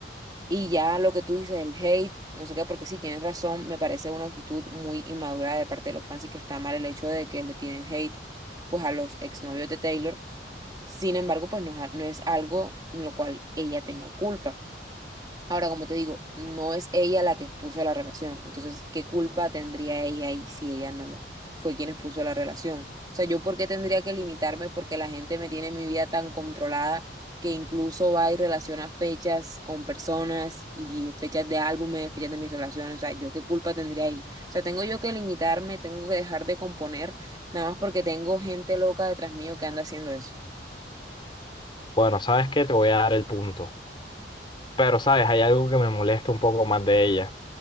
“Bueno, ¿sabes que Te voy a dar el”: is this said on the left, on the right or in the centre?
Left